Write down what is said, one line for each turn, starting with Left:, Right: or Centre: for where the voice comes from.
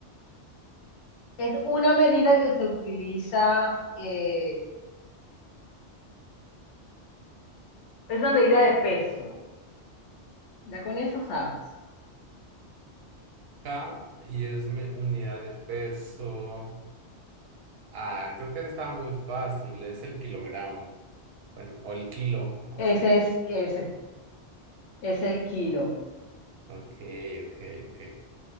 Left: Es una medida que se utiliza, eh, es una medida de peso. Ya con eso sabes.
Right: K y es me- unidad de peso. Ah, creo que esa estaba muy fácil. Es el kilogramo. Bueno, o el kilo, no
Left: Ese
Right: sé.
Left: es, ese es el kilo.
Right: Ok, ok, ok.